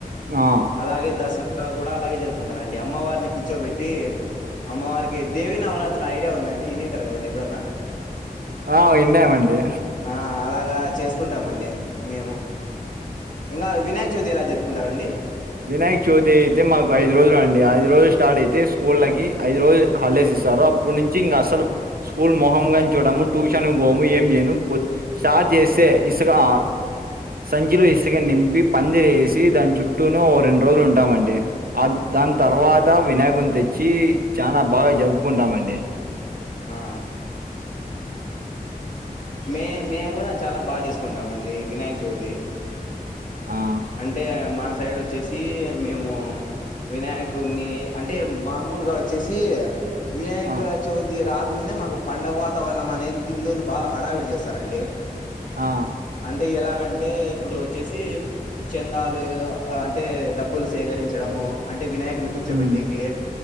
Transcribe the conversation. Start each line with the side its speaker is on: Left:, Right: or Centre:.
Right: ఆ
Left: అలాగే దసరా కూడా అలాగే జరుపుకుంటారండి అమ్మవారిని కూర్చోబెట్టి అమ్మవారికి దేవి నవరాత్రుల ఐడియా ఉందండి వినిఉంటారు కదండి ఎప్పుడన్నా
Right: ఆ విన్నామండి
Left: ఆ అలాగా చేసుకుంటామండి మేము ఇంకా వినాయక చవితి ఎలా జరుపుకుంటారండి
Right: వినాయక్ చవితి అయితే మాకు ఐదు రోజులు అండి రోజ్ స్టార్ట్ అయిద్ది స్కూళ్ళకి ఐదు రోజులు హాలిడేస్ ఇస్తారు అప్పుడు నుంచి ఇంగా అస్సలు స్కూల్ మొహంమ్ గాని చూడము ట్యూషన్ పోము ఏమ్ చేయిను స్టార్ట్ చేస్తే ఇసుక ఆ సంచిలో ఇసుక నింపి పందిరే ఏసి దాని చుట్టూ టూనో ఓ రెండు రోజులు ఉంటామ అండి ఆ దాని తర్వాత వినాయకుని తెచ్చి చాన బాగా జరుపుకుంటామ అండి
Left: ఆ మేమ్ మేము కూడా చాలా బాగా చేసుకుంటామ్అండి వినాయక చవితి
Right: ఆ
Left: అంటే మా సైడ్ వచ్చేఏసి మేము వినాయకుని అంటే మామూలుగా వచ్చే ఏసి వినాయక
Right: ఆ
Left: చవితి రాక్ ముందే మాకు పండగ వాతావరణం అనేది పిల్లులు బాగా హడావిడి చేస్తారఅండి
Right: ఆ
Left: అంటే ఎలాగ అంటే ఇప్పుడు వచ్చే ఏసి చేందాలు అంటే డబ్బులు సేకరించడము అంట్ టే వినాయకుని కూర్చోబెట్టేకే
Right: ఉమ్